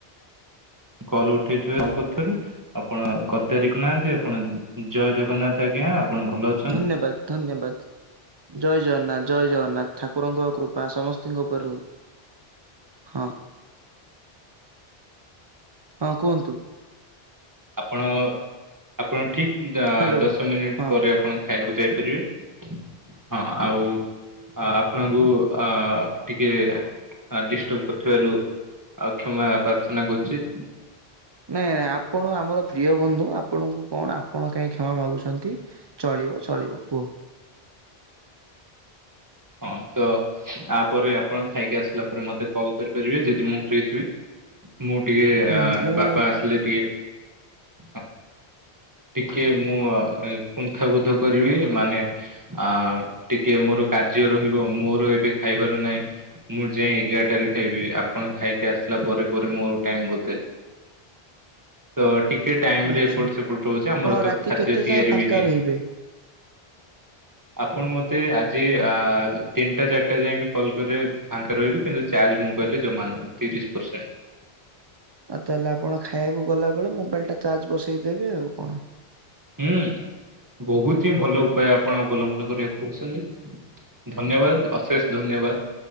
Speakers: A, on the right; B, on the right.
A: କଲ ଉଠେଇଥିବ କରଥାରୁ ଆପଣ ଗତ ତାରିଖ ନାହାନ୍ତି ଆପଣ ଜୟ ଜଗନ୍ନାଥ ଆଜ୍ଞା। ଆପଣ ଭଲ ଅଛନ୍ତି?
B: ଧନ୍ୟବାଦ ଧନ୍ୟବାଦ ଜୟ ଜଗନ୍ନାଥ, ଜୟ ଜଗନ୍ନାଥ ଠାକୁରଙ୍କ କୃପା ବା ସମସ୍ତଙ୍କ ଉପରେ ରହୁ, ହ। ହଁ କୁହନ୍ତୁ?
A: ଆପଣ ଆପଣ ଠିକ
B: ହ୍ୟାଲୋ।
A: ଦଶ ମିନିଟ
B: ହଁ
A: ପରେ ଆପଣ ଖାଇବାକୁ ଯାଇପାରିବେ ହଁ, ଆଉ ଆ ଆପଣଙ୍କୁ ଆ ଟିକେ ଆ ଡିଷ୍ଟର୍ବ କରିଥିବାରୁ ଆଉ କ୍ଷମା ପ୍ରାର୍ଥନା କରୁଛି।
B: ନାଇଁ ଆପଣ ଆମର ପ୍ରିୟ ବନ୍ଧୁ। ଆପଣଙ୍କୁ କଣ ଆପଣ କାଇହିଁ କ୍ଷମା ମାଗୁଛନ୍ତି ଚଳିବ ଚଳିବ କୁହ?
A: ହଁ ତ ତାପରେ ଆପଣ ଖାଇକି ଆସିଲା ପରେ ମତେ କଲ କରିପାରିବେ ଯଦି ମୁଁ ଫ୍ରିଥିବି। ମୁଁ ଟିକେ
B: ହୁଁ
A: ଆ
B: ମୁଁ
A: ବାପା ଆସିଲେ ଟିକେ ଆ ଟିକେ ମୁଁ କୁଣ୍ଥାବୋଧ କରିବି ମାନେ ଆ ଟିକେ ମୋର କାର୍ଯ୍ୟ ରହିବ ମୋର ଏବେ ଖାଇବାର ନାହିଁ ମୁଁ ଯାଇଏ ଏଗାରଟାରେ ଖାଇବି ଆପଣ ଖାଇକି ଆସିଲେ ପରେ ପରେ ମୁଁ ଟାଇମ ବୋଧେ ତ ଟୀ ଟେ ଟାଇମରେ
B: ଆଚ୍ଛା।
A: ଏପଟ ସେପଟ ରହୁଛି,
B: ଆପଣ
A: ଆମର ତ
B: ରାତି
A: ଖାଦ୍ୟ
B: କେତେ
A: ତିଆରି
B: ଯାଏଁ ଫାଙ୍କା
A: ବି ହେଇନି।
B: ରହିବେ?
A: ଆପଣ ମତେ ଆ ଜି, ଆ-ଆ ତିନିଟା ଚାରିଟା ଯାଇଏଁ ବି କଲ୍ କରିବେ ଫାଙ୍କା ରହିବି, କିନ୍ତୁ ଚାର୍ଜ ମୁବାଇଲେ ଜମା ନହିଁ। ବିଶ୍ ପରସେଣ୍ଟ।
B: ଆଉ ତାହେଲେ ଆପଣ ଖାଇବାକୁ ଗଲାବେଳେ ମୋବାଇଲ ଟା ଚାର୍ଜ ବସେଇଦେବେ ଆଉ କଣ?
A: ହୁଁ। ବହୁତ ହିଁ ଭଲ ଉପାୟ ଆପଣ ଅବଲମ୍ବନ କରିବାକୁ କହୁଛନ୍ତି, ଧନ୍ୟବାଦ ଅଶେଷ ଧନ୍ୟବାଦ,